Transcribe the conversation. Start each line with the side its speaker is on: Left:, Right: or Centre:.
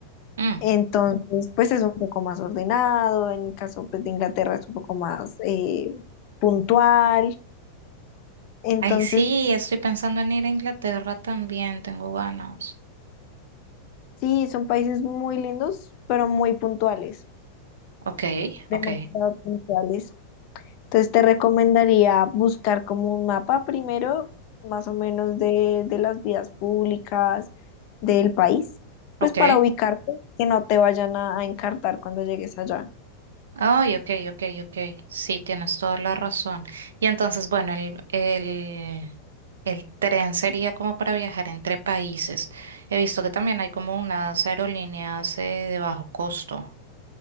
Right: Mm.
Left: entonces, pues es un poco más ordenado, en el caso pues, de Inglaterra es un poco más eh, puntual. Entonces,
Right: Ay, sí, estoy pensando en ir a Inglaterra también, tengo ganas.
Left: sí, son países muy lindos, pero muy puntuales,
Right: Ok, ok.
Left: demasiado puntuales. Entonces, te recomendaría buscar como un mapa primero, más o menos de, de las vías públicas del país, pues
Right: Ok.
Left: para ubicarte, que no te vayan a, a encartar cuando llegues allá.
Right: Ay, ok, ok, ok. Sí, tienes toda la razón. Y entonces, bueno, el, el, el tren sería como para viajar entre países. He visto que también hay como unas aerolíneas eh, de bajo costo,